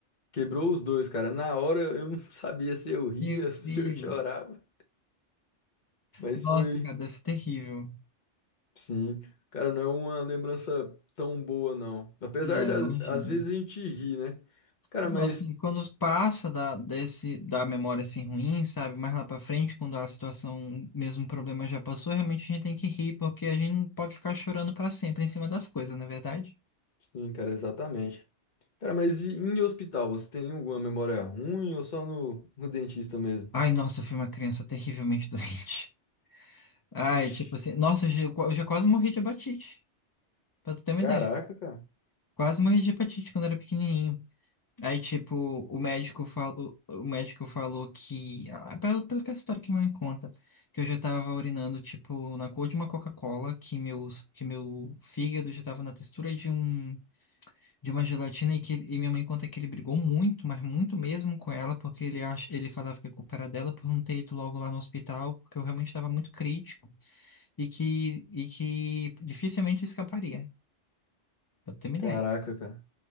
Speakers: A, on the left; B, on the left.
A: Quebrou os dois, cara. Na hora eu não <laughs> sabia se eu ria,
B: Meu
A: <laughs> se
B: Deus!
A: eu chorava. Mas
B: Nossa,
A: foi,
B: cara, deve ser terrível.
A: sim. Cara, não é uma lembrança tão boa, não. Apesar
B: Não,
A: das,
B: imagino.
A: às vezes a gente ri, né? Cara,
B: Nossa,
A: mas,
B: e quando passa da, desse, da memória assim ruim, sabe? Mais lá pra frente, quando a situação, mesmo o problema já passou, realmente a gente tem que rir, porque a gente não pode ficar chorando pra sempre em cima das coisas, não é verdade?
A: sim, cara, exatamente. Cara, mas e em hospital, você tem alguma memória ruim ou só no, no dentista mesmo?
B: Ai, nossa, eu fui uma criança terrivelmente <laughs> doente. Ai,
A: Vixe,
B: tipo assim, nossa, eu já, eu já quase morri de hepatite, pra tu ter uma
A: caraca,
B: ideia.
A: cara.
B: Quase morri de hepatite quando era pequenininho. Aí, tipo, o médico falou, o médico falou que, ah, pelo, pelo que é a história que minha mãe conta, que eu já tava urinando, tipo, na cor de uma Coca-Cola, que meus, que meu fígado já tava na textura de um, de uma gelatina, e que ele- e minha mãe conta que ele brigou muito, mas muito mesmo com ela, porque ele acha, ele falava que a culpa era dela por não ter ido logo lá no hospital, porque eu realmente estava muito crítico, e que, e que dificilmente eu escaparia, pra ter uma ideia.
A: Caraca, cara.